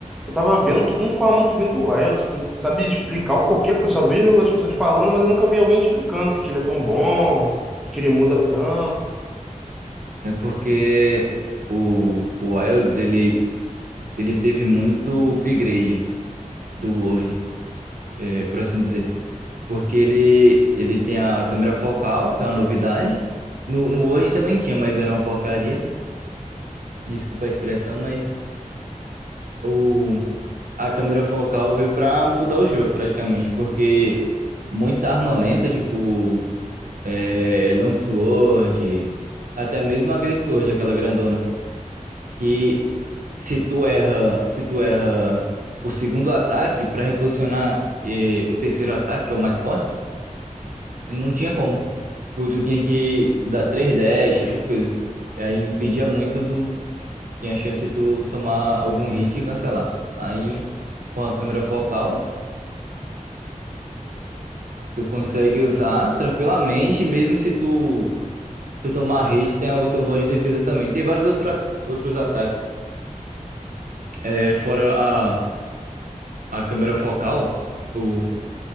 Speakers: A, in the centre; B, on the right.
A: eu tava vendo, todo mundo fala muito bem do Wilds. Tu sabe explicar o porquê? Porque eu só vejo as pessoas falando, mas eu nunca vi alguém explicando porque ele é tão bom, porque ele muda tanto.
B: É porque o, o Wilds, ele, ele teve muito upgrade do World, é, por assim dizer. Porque ele, ele tem a câmera focal, que é uma novidade. No, no Word também tinha, mas era uma porcaria. desculpa a expressão, mas o, a câmera focal veio pra mudar o jogo praticamente, porque muita arma lenta, tipo é, Longsword, até mesmo a Great Sword, aquela grandona, que se tu erra, se tu erra o segundo ataque pra reposicionar eh, o terceiro ataque, que é o mais forte, não tinha como. Tipo, tu tinha que dar três dash, essas coisas. E aí impedia muito do. Tinha a chance de tu tomar algum hit e cancelar. Aí, com a câmera focal, tu consegue usar tranquilamente, mesmo se tu, tu tomar hit, tem o teu modo de defesa também. Tem vários outra, outros ataques. É, fora a, a câmera focal, o,